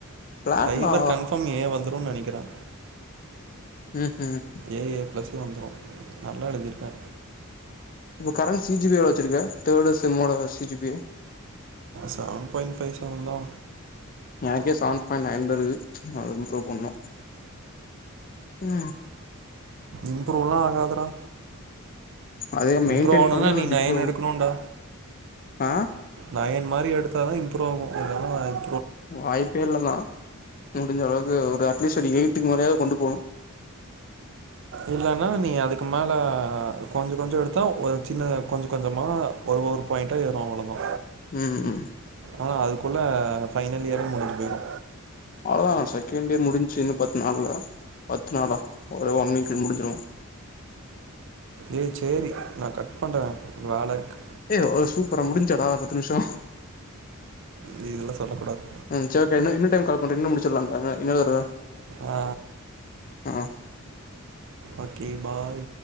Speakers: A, on the left; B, on the right.
A: ஃபிளாட்லா
B: சைபர் கன்ஃபர்ம் ஏ வந்துரும்னு நனைக்கிறே
A: உ உ
B: ஏ ஏ ப்ளஸுனு வந்துரு நல்லா எழுதிருக்கே
A: இப்ப கரன்ட் சி ஜி பி எவ்ளோ வச்சிருக்கே தேர்டு செம்மோட C G B
B: seven point five செவன்தா
A: எனக்கே செவன் பாயிண்ட் நைன் இம்ப்ரூவ் பண்ணோ உ
B: இம்ப்ருலா ஆகாதுடா
A: அதே மெயின்டெயின்
B: இம்ப்ருஆனதா
A: பண்ணு இல்ல
B: நீ
A: டிப்ரூ
B: நயன்
A: ஆகு
B: எடுக்கணும்ண்டா
A: ஆ
B: நயன் மாரி எடுத்தா தா இம்ப்ரூவ ஆவு இல்லனா வே
A: வாய்ப்பேல்ல தா முடிஞ்ச அளவுக்கு ஒரு அட்லீஸ்ட் ஒரு எய்ட்டுக்கு முரயாது கொண்டு போணு
B: இல்லன்னா நீ அதுக்கு மேல கொஞ்ச கொஞ்ச எடுத்தா ஒரு சின்ன கொஞ்ச கொஞ்சமா ஒரு ஒரு பாயிண்ட்ட ஏரு அவ்வளதா
A: உ உ
B: ஆனா அதுக்குள்ள பைனல் இயரே முடிஞ்சு போயிரு
A: அவ்ளதா செகண்ட் இயர் முடிஞ்ச்சி இன்னு பத்து நாள்ல பத்து நாளா ஒரு ஒன் வீக்ல முடிஞ்சிரு
B: ஏ சேரி நா கட் பண்றே இது வேல இருக்கு
A: ஏ சூப்பரா முடிஞ்சாடா பத்து நிம்ஷோ
B: நீ இதெல்லா சொல்லக்கூடாது
A: ம் செரிக்கா இன்னு இன்னு டைம் கால் பண்றே முடிச்சுடலாக்கா இன்னொரு தடவ
B: ஆ
A: ஆ
B: ஓகே பாய்